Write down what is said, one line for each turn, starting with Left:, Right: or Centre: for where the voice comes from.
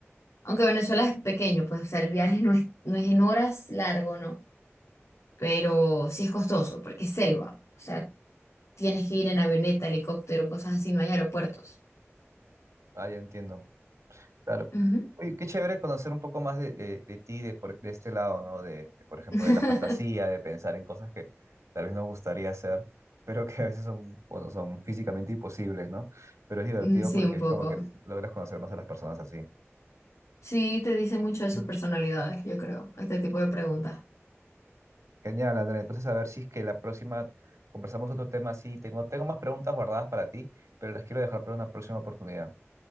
Left: Aunque Venezuela es pequeño, pues, o sea, el viaje no es, no es en horas largo, ¿no? Pero sí es costoso, porque es selva. O sea, tienes que ir en avioneta, helicóptero, cosas así, no hay aeropuertos.
Right: Ah, ya entiendo, claro.
Left: Ujú.
Right: Oye, qué chévere conocer un poco más de, de, de ti, de, por- de este lado, ¿no? De, de, por ejemplo,
Left: <laughs>
Right: de la fantasía, de pensar en cosas que tal vez nos gustaría hacer, <laughs> pero que a veces son, bueno, son físicamente imposibles, ¿no? Pero es divertido
Left: Mm, Sí,
Right: porque
Left: un poco.
Right: es como que logras conocer más a las personas así.
Left: Sí, te dice mucho de sus
Right: Mm.
Left: personalidades, yo creo, este tipo de preguntas.
Right: Genial, Andrea. Entonces, a ver si es que la próxima conversamos otro tema así. Tengo, tengo más preguntas guardadas para ti, pero las quiero dejar para una próxima oportunidad.